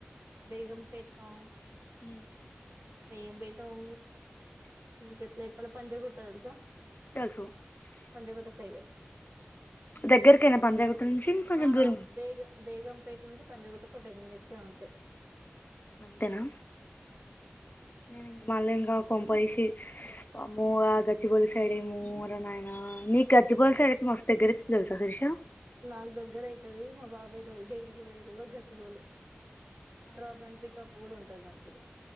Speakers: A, on the right; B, on the left.
A: పగంపేట్టం
B: హ
A: మేం బయటాం ఇంక ఎట్లా ఇప్పలా పంజ కుట్టా తెలుసా
B: తెలుసు
A: పంతగట సైడ్
B: దగ్గరకేనా పంజాగుట్ట నుంచి కొంచెం
A: ఆ
B: దూరమా
A: బేగ బేగంపేట నుంచి పంజగట కొట నిస అంత
B: అంతేనా నేను ఇక మళ్ళం ఇంకా కొంపైసీ ము ఆ గచ్చపోలి సైడ్ మోర నానా న గజబల్డతే మస్తగ్ర చల్సా సుర్షా
A: నాకు దగ్గర అయితది మా బాబాయ్య డెలీ పోయేది కూడా గచ్చిపోలేదు డ్రాప్ అండ్ పిికప్ కూడా ఉంటుది మంచి చ్చగా